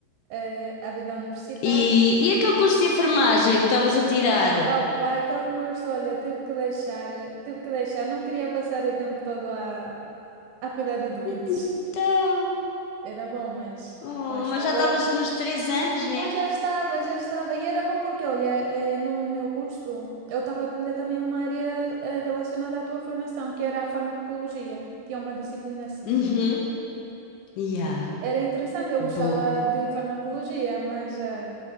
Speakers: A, on the right; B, on the left.
A: eh, a vida universitária.
B: E, e aquele curso de enfermagem que estavas a tirar?
A: Opa, aquele curso, olha, tive que deixar, tive que deixar. Não queria passar o tempo todo a, a cuidar de doentes.
B: Então,
A: Era bom, mas
B: oh,
A: lá está.
B: mas já
A: Agora
B: estavas nos três anos, né?
A: Pois já estava, já estava. E era bom porque, olha, eh, no meu curso eu estava a aprender também uma área eh, relacionada à tua formação, que era a farmacologia. Tinha uma disciplina assim.
B: Uhum. Yeah,
A: Era interessante, eu
B: boa.
A: gostava de farmacologia, mas, eh,